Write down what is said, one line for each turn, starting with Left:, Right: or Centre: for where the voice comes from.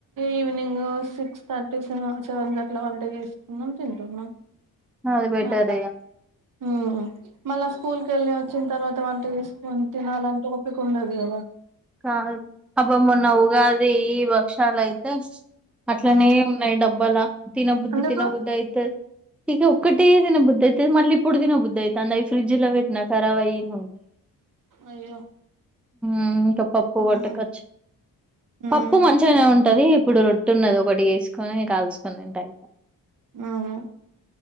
Right: ఈవినింగ్ సిక్స్ థర్టీ సెవెన్ కట్లా వంట చేసుకుందం తింటున్నాం
Centre: అది బెటర్
Right: మల్లా
Centre: ఇగ
Right: ఆ మల్లా స్కూల్ క వెళ్ళి వచ్చిన తర్వాత వంట తీసుకొని తినాలంటే ఓపిక ఉండదు కదా
Centre: కా అబ్బ మొన్న ఉగాది వ క్షాలు అయితే అట్లనే
Right: ఆ
Centre: ఉన్నాయి డబ్బాల తినబుద్ధి
Right: ఎందుకు
Centre: తినబుద్ధి అయితే ఇక ఒకటే తిన బుద్ి అయితే మళ్ళ ఇప్పుడు తిన బుద్ి అవుతుంది ఇ ఫ్రిడ్జ్ లో పెట్టినాక ఖరబ్ అయిన
Right: అయ్యో
Centre: ఆమ్ పప్పు వటుకొచ్చి
Right: ఉమ్ ఉమ్
Centre: పప్పు మంచిగానే ఉంటది ఇప్పుడు రొట్ట ఉన్నది ఒకటి తీసుకొని కాల్సు న్నంట ఇక
Right: అవును